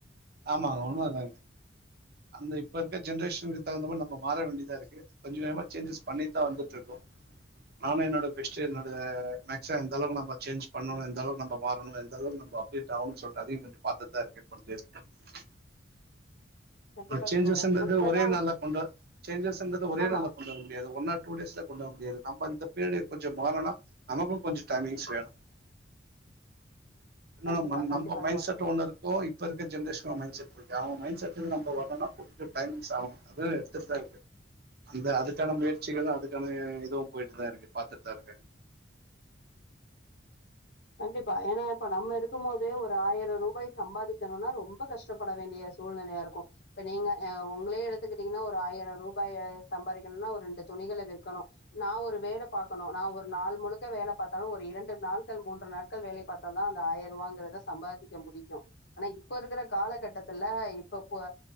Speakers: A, on the right; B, on the left.
A: ஆமா உண்மதாங் அந்த இப்ப இருக்க ஜென்ரேஷனுக்கு தகுந்த மாரி நம்ம மாற வேண்டியதா இருக்கு கொஞ்சொ‌ யமா சேஞ்சஸ் பண்ணிட்தா வந்துட்ருக்கோ நானு என்னோட பெஸ்ட்டு என்னோட மேக்சிம எந்த அளவுக்கு நம்ம சேஞ்ச் பண்ணணு எந்தளவுக் நம்ப மாறணு எந்த அளவுக்கு நம்ப அப்டேட் ஆகணு சொல்ட்டு அதையு கொஞ்சம் பாத்துட்தா இருக்கே <unintelligible>
B: கண்டிப்பாக
A: அ சேஞ்சஸுன்றது
B: தோழரே முன்பெல்லா
A: ஒரே நாள்ல கொண்டு சேஞ்சஸுன்றது ஒரே
B: ஆமா
A: நாள்ல கொண்டு வர முடியாது ஒன்னா டூ டேஸ்ல கொண்டு வர முடியாது நம்ம இந்த பீரியடு கொஞ்சம் மாறனா நமக்கு கொஞ்சொ டைமிங்ஸ் வேணு நா
B: கண்டிப்பா கண்டிப்பா
A: நம்ப மைண்ட்
B: தோழரே
A: செட் ஒன்னு இருக்கு இப் ப்பஇருக்க ஜென்ரேஷனொ மைண்ட் செட் இருக்கு அவுங்க மைண்ட செட்டுக்கு நம்ப வ ரனா கொஞ்சொ டைமிங்ஸ் ஆவுன்றது <unintelligible> அந்த அதுக்கான முயற்சிகளு அதுக்கான இதுவு போயிட்டு தா இருக்கு பாத்துட்தா இருக்கே
B: கண்டிப்பா ஏனா இப்ப நம்ம இருக்கும்மோதே ஒரு ஆயிர ரூபாய் சம்பாதிக்கணுனா ரொம்ப கஷ்டப்பட வேண்டிய சூழ்நிலையா இருக்கு இப்ப நீங்க உங்களே எடுத்துக்கிட்டீங்கனா ஒரு ஆயிர ரூபாய சம்பாரிக்கணுனா ஒரு ரெண்டு துணிகள விற்கணு நா ஒரு வேல பாக்கணு நா ஒரு நாள் முழுக்க வேல பாத்தாலு ஒரு இரண்டு நாள் கள்‌ மூன்று நாட்கள் வேலை பாத்தா தா அந்த ஆயருவாங்குறத சம்பாதிக்க முடியு ஆனா இப்ப இருக்கிற காலகட்டத்துல இப்ப ப